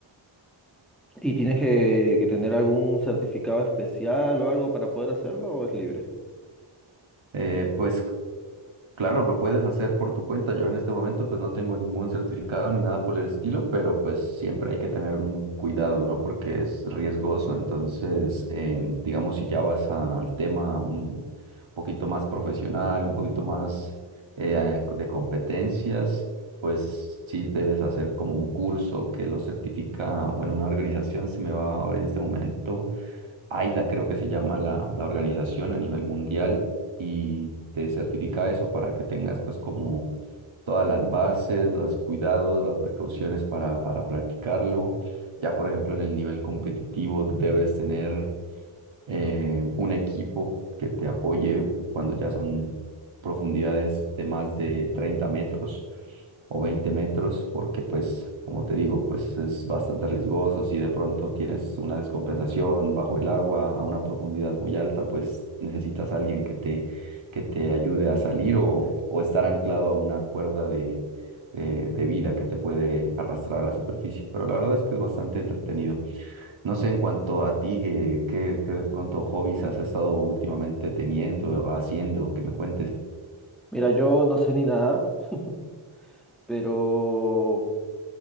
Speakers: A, in the centre; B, on the right.
A: ¿Y tienes que, que tener algún certificado especial o algo para poder hacerlo o es libre?
B: Eh, pues Claro, lo puedes hacer por tu cuenta. Yo en este momento pues no tengo ningún certificado ni nada por el estilo, pero pues siempre hay que tener un cuidado, ¿no? Porque es riesgoso. Entonces, eh, digamos, si ya vas al tema mm, un poquito más profesional, un poquito más eh, de competencias, pues sí debes hacer como un curso que lo certifica, bueno, una organización se me va ahora en este momento. AIDA creo que se llama la, la organización a nivel mundial y te certifica eso para que tengas pues como todas las bases, los cuidados, las precauciones para, para practicarlo. Ya por ejemplo en el nivel competitivo debes tener eh, un equipo que te apoye cuando ya son profundidades de más de 30 metros o 20 metros, porque pues, como te digo, pues es bastante riesgoso. Si de pronto tienes una descompensación bajo el agua a una profundidad muy alta, pues necesitas a alguien que te, que te ayude a salir o, o estar anclado a una cuerda de... eh, de vida que te puede arrastrar a la superficie, pero la verdad es que es bastante entretenido. No sé, en cuanto a ti, ¿qué, qué, qué de pronto hobbies has estado últimamente teniendo o haciendo? Que me cuentes.
A: Mira, yo no sé ni nadar, <laughs> pero,